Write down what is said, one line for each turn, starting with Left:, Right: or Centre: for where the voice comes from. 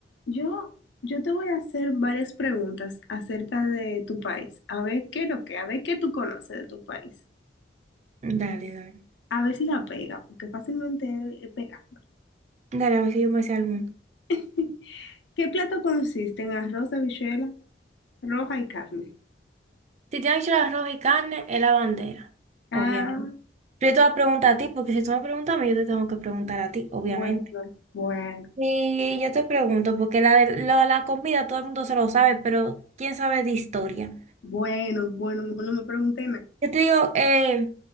Left: Yo, yo te voy a hacer varias preguntas acerca de tu país, a ver qué es lo que, a ver qué tú conoces de tu país,
Right: Dale, dale.
Left: a ver si la pega, porque fácilmente eh, pega.
Right: Dale, a ver si yo me sé alguno.
Left: <laughs> ¿Qué plato consiste en arroz, habichuela, roja y carne?
Right: Si te han hecho el arroz y carne, es la bandera.
Left: Ah,
Right: Obviamente. Pero yo te voy a preguntar a ti, porque si tú me preguntas a mí, yo te tengo que preguntar a ti, obviamente.
Left: bueno, bueno,
Right: Y yo te pregunto, porque la, de, lo- la comida todo el mundo se lo sabe, pero ¿quién sabe de historia?
Left: bueno, bueno, mejor no me pregunté nada.
Right: Yo te digo, eh,